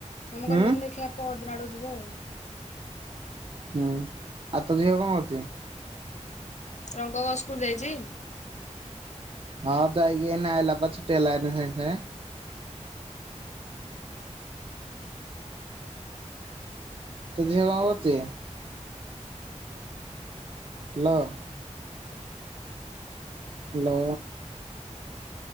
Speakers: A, on the left; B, on the right.
A: ଆମେ
B: ହୁଁ
A: କହିଲୁ ଦେଖିଆ ପଅର ଦିନ ଆଡକୁ ଯିବ ଆଉ।
B: ହୁଁ ଆ ତ ଝିଅ କଣ ଅଛି।
A: ରଙ୍ଗବ ସ୍କୁଲ ଯାଇଚି।
B: ହଁ ଯାଇକି ଏନା ଆଇଲା ପା ଛୁଟି ହେଲା ସାଙ୍ଗେ ସାଙ୍ଗେ। ତୋ ଝିଅ କଣ କରୁଚି? ହାଲୋ। ହାଲୋ।